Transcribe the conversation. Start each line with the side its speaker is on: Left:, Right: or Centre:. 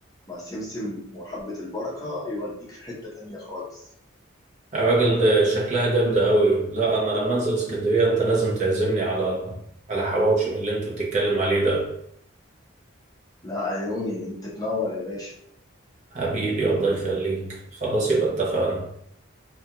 Left: مع سمسم وحبة البركة يوديك في حتة تانية خالص
Right: الراجل ده شكلها جامده قوي لا انا لما انزل اسكندريه انت لازم تعزمني على على حواوشي من اللي انت بتتكلم عليه ده
Left: لا عيوني انت تنور يا باشا
Right: حبيبي الله يخليك خلاص يبقى اتفقنا